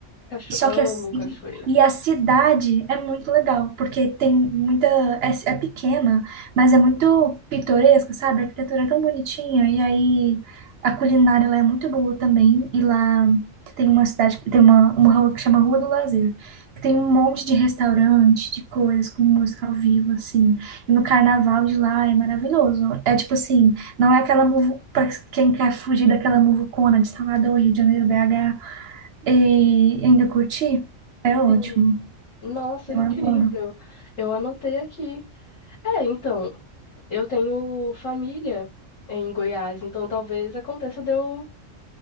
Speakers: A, on the left; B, on the right.
A: Cacho...
B: Só
A: Amo
B: que a, e,
A: cachoeira.
B: e a cidade é muito legal, porque tem muita. É, é pequena, mas é muito pitoresca, sabe? A arquitetura é tão bonitinha, e aí a culinária lá é muito boa também. E lá tem uma cidade, tem uma, uma rua que chama Rua do Lazer, que tem um monte de restaurante, de coisas, com música ao vivo, assim. E no carnaval de lá é maravilhoso. É tipo assim, não é aquela muvu, para quem quer fugir daquela muvucona de Salvador, Rio de Janeiro, BH. E ainda curti? É ótimo.
A: Sim. Nossa,
B: Eu
A: incrível.
B: adoro.
A: Eu anotei aqui. É, então, eu tenho família em Goiás, então talvez aconteça de eu,